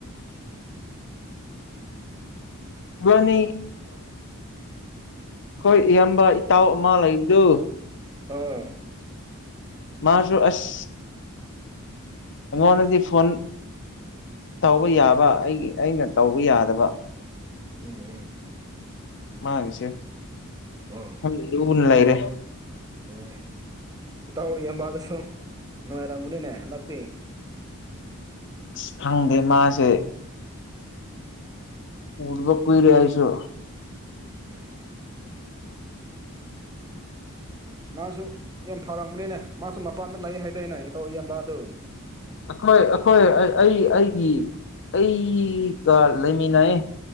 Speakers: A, on the left; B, on the right.
A: ꯏꯕꯥꯅꯤ ꯍꯣꯏ ꯏꯌꯥꯝꯕ ꯏꯇꯥꯎ ꯑꯃ ꯂꯩꯕꯗꯨ
B: ꯑꯥ
A: ꯃꯥꯁꯨ ꯑꯁ ꯑꯩꯉꯣꯟꯗꯗꯤ ꯐꯣꯟ ꯇꯧꯕ ꯌꯥꯕ ꯑꯩꯒꯤ ꯑꯩꯅ ꯇꯧꯕ ꯌꯥꯗꯕ
B: ꯎꯝ ꯎꯝ ꯎꯝ
A: ꯃꯥꯡꯁꯦ
B: ꯎꯝ ꯑꯣ
A: ꯌꯥꯝ ꯂꯨꯅ ꯂꯩꯔꯦ
B: ꯎꯝ ꯏꯇꯥꯎ ꯏꯕꯗꯁꯨ ꯅꯨꯡꯉꯥꯏꯔꯝꯝꯕꯅꯤꯅꯦ ꯍꯟꯗꯛꯇꯤ
A: ꯑꯁ ꯈꯪꯗꯦ ꯃꯥꯁꯦ ꯎꯕ ꯀꯨꯏꯔ ꯑꯥꯏꯁꯣ
B: ꯎꯝ ꯃꯥꯁꯨ ꯌꯥꯝ ꯐꯔꯕꯅꯤꯅꯦ ꯃꯥꯁꯨ ꯃꯄꯥꯟꯗ ꯂꯩ ꯍꯥꯏꯗꯅꯦ ꯏꯇꯧ ꯏꯕ ꯑꯗꯨ
A: ꯑꯩꯈꯣꯏ ꯑꯩꯈꯣꯏ ꯑꯩ ꯑꯩꯒꯤ ꯑꯩꯒ
B: ꯎꯝ
A: ꯂꯩꯃꯤꯟꯅꯩ